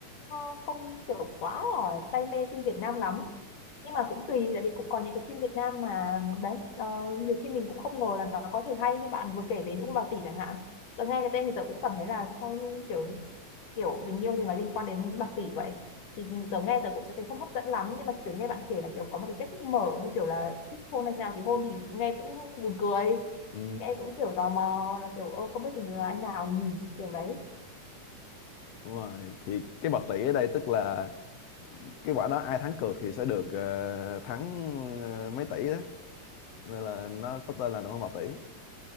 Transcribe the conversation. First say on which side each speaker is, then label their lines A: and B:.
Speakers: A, on the left; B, on the left.
A: ờ, không kiểu quá là say mê phim Việt Nam lắm nhưng mà cũng tùy tại vì cũng có những cái phim Việt Nam mà đấy ờ, nhiều khi mình cũng không ngờ là nó có thể hay như bạn vừa kể về Nữ Ông Bào Tỷ chẳng hạn tớ nghe cái tên thì tớ cũng cảm thấy là sao như kiểu kiểu tình yêu gì mà liên quan đến bạc tỷ vậy thì tớ nghe tớ cũng sẽ thấy không hấp dẫn lắm nhưng mà kiểu nghe bạn kể là kiểu có một cái kết thúc mở như kiểu là thích hôn anh nào thì hôn thì nghe cũng buồn cười
B: ừ.
A: nghe cũng kiểu tò mò là kiểu ơ không biết thì là anh nào nhỉ kiểu đấy
B: Đúng rồi. Thì cái bạc tỷ ở đây tức là cái quả đó ai thắng cược thì sẽ được ờ, thắng ờ, mấy tỷ đó. Nên là nó có tên là nụ hôn bạc tỷ.